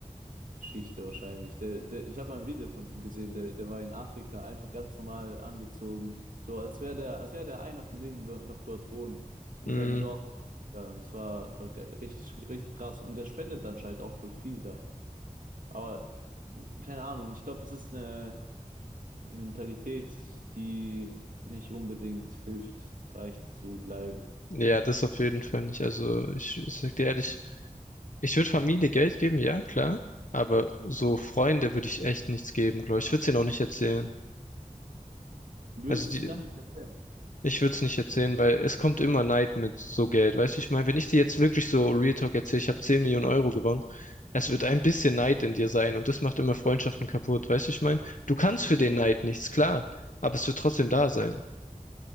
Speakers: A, on the right; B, on the left.
A: äh, Geschichte wahrscheinlich. Der, der, ich habe ein Video von ihm gesehen, der, der war in Afrika einfach ganz normal angezogen. So als wäre der, als wäre der einer von denen, die dort, noch dort wohnen. In
B: Mhm.
A: seinem Dorf in Afrika. Und es war, es war ge- richtig, richtig krass. Und der spendet anscheinend auch voll viel da. Aber keine Ahnung, ich glaube, es ist eine. Mentalität, die nicht unbedingt hilft, reich zu bleiben.
B: Ja, das auf jeden Fall nicht. Also ich, ich sag dir ehrlich, ich würde Familie Geld geben, ja, klar. Aber so Freunde würde ich echt nichts geben, glaube ich. Ich würde es ihnen auch nicht erzählen.
A: Würdest
B: Also die,
A: du es gar nicht erklären.
B: Ich würde es nicht erzählen, weil es kommt immer Neid mit so Geld. Weißt du, ich meine, wenn ich dir jetzt wirklich so Real Talk erzähle, ich habe 10 Millionen Euro gewonnen, es wird ein bisschen Neid in dir sein und das macht immer Freundschaften kaputt. Weißt du, ich meine, du kannst für
A: Ja.
B: den Neid nichts, klar, aber es wird trotzdem da sein.